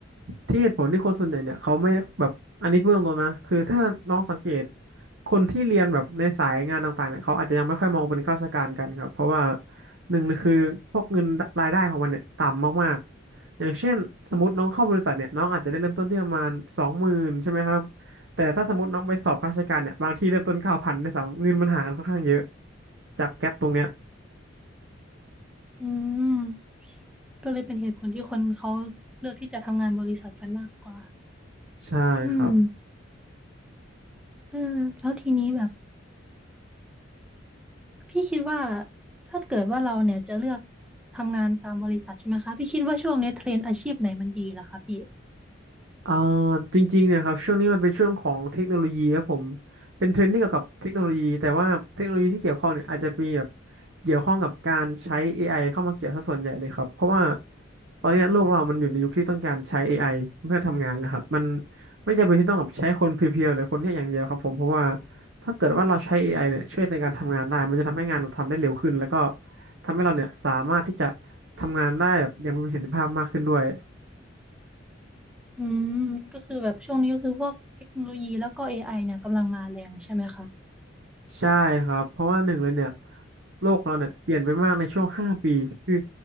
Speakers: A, on the right; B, in the centre.
A: ที่เหตุผลที่คนส่วนใหญ่เนี่ยเขาไม่แบบ อันนี้เบื้องต้นนะคือถ้าน้องสังเกตคนที่เรียนแบบในสายงานต่างๆเนี่ยเขาอาจจะยังไม่ค่อยมองเป็นข้าราชการกันครับ เพราะว่าหนึ่งเลยคือพวกเงินรายได้ของมันเนี่ยต่ำมากๆ อย่างเช่นสมมติน้องเข้าบริษัทเนี่ยน้องอาจจะได้เริ่มต้นที่ประมาณสองหมื่นใช่ไหมครับแต่ถ้าสมมติน้องไปสอบข้าราชการเนี่ยบางที่เริ่มต้นเก้าพันด้สามเงินมันห่างกันค่อนข้างเยอะจากแก๊ปตรงเนี้ย
B: อืมก็เลยเป็นเหตุผลที่คนเขาเลือกที่จะทำงานบริษัทกันมากกว่า
A: ใช่ครับ
B: อืมเออแล้วทีนี้แบบ พี่คิดว่าถ้าเกิดว่าเราเนี่ยจะเลือกทำงานตามบริษัทใช่ไหมคะพี่คิดว่าช่วงนี้เทรนด์อาชีพไหนมันดีล่ะคะพี่
A: เอ่อจริงๆเนี่ยครับช่วงนี้มันเป็นช่วงของเทคโนโลยีครับผมเป็นเทรนด์ที่เกี่ยวกับเทคโนโลยีแต่ว่าเทคโนโลยีที่เกี่ยวข้องเนี่ยอาจจะมีแบบเกี่ยวข้องกับการใช้ AI เข้ามาเกี่ยวซะส่วนใหญ่เลยครับเพราะว่าตอนเนี้ยโลกเรามันอยู่ในยุคที่ต้องการใช้ AI เพื่อทำงานนะครับมันไม่จำเป็นที่ต้องแบบใช้คนเพียวๆหรือคนแค่อย่างเดียวครับผมเพราะว่าถ้าเกิดว่าเราใช้เอไอเนี่ยช่วยในการทำงานได้มันจะทำให้งานเราทำได้เร็วขึ้นแล้วก็ทำให้เราเนี่ยสามารถที่จะทำงานได้แบบอย่างมีประสิทธิภาพมากขึ้นด้วย
B: อืมก็คือแบบช่วงนี้ก็คือพวกเทคโนโลยีแล้วก็เอไอเนี่ยกำลังมาแรงใช่ไหมคะ
A: ใช่ครับเพราะว่าหนึ่งเลยเนี่ยโลกเราเนี่ยเปลี่ยนไปมากในช่วงห้าปีคือ